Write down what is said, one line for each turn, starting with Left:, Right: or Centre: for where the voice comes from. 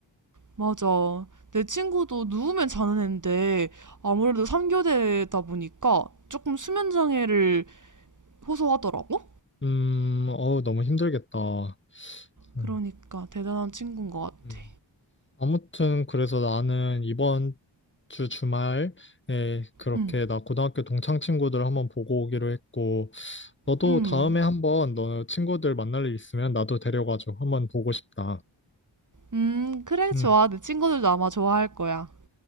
Right: 맞아. 내 친구도 누우면 자는 애인데 아무래도 3교대다 보니까 조금 수면 장애를 호소하더라고?
Left: 음, 어우, 너무 힘들겠다. 음,
Right: 그러니까 대단한 친구인 것 같아.
Left: 음. 아무튼 그래서 나는 이번 주 주말에 그렇게
Right: 응,
Left: 나 고등학교 동창 친구들 한번 보고 오기로 했고, 너도
Right: 응.
Left: 다음에 한번 너 친구들 만날 일 있으면 나도 데려가줘. 한번 보고 싶다.
Right: 음, 그래,
Left: 음,
Right: 좋아. 내 친구들도 아마 좋아할 거야.